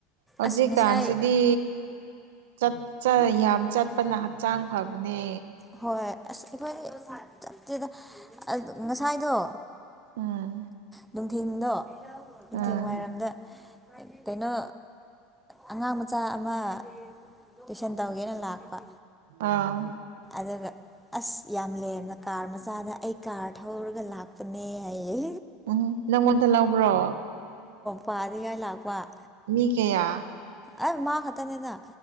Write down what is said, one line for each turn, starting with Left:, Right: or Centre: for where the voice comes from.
Right: ꯍꯧꯖꯤꯀꯥꯟꯁꯤꯗꯤ
Centre: ꯑꯁ ꯉꯁꯥꯏ
Right: ꯆꯞ ꯆꯥ ꯌꯥꯝ ꯆꯠꯄꯅ ꯍꯛꯆꯥꯡ ꯐꯕꯅꯦ
Centre: ꯍꯣꯏ ꯑꯁ ꯑꯩꯈꯣꯏꯗꯤ ꯆꯠꯇ‌ꯦꯗ ꯉꯁꯥꯏꯗꯣ
Right: ꯎꯝ
Centre: ꯅꯨꯡꯊꯤꯟꯗꯣ ꯅꯨꯡꯊꯤꯟ
Right: ꯎꯝ
Centre: ꯋꯥꯏꯔꯝꯗ ꯀꯩꯅꯣ ꯑꯉꯥꯡ ꯃꯆꯥ ꯑꯃ ꯇꯨꯏꯁꯟ ꯇꯧꯒꯦꯅ ꯂꯥꯛꯄ
Right: ꯑꯥ
Centre: ꯑꯗꯨꯒ ꯑꯁ ꯌꯥꯝ ꯂꯦꯝꯅ ꯀꯥꯔ ꯃꯆꯥꯗ ꯑꯩ ꯀꯥꯔ ꯊꯧꯔꯒ ꯂꯥꯛꯄꯅꯦ ꯍꯥꯏꯌꯦ
Right: ꯎꯝ ꯅꯪꯉꯣꯟꯗ ꯂꯧꯕ꯭ꯔꯣ
Centre: ꯄꯥꯔꯤꯒꯥꯏ ꯂꯥꯛꯄ
Right: ꯃꯤ ꯀꯌꯥ
Centre: ꯑꯩ ꯃꯥ ꯈꯛꯇꯅꯤꯗ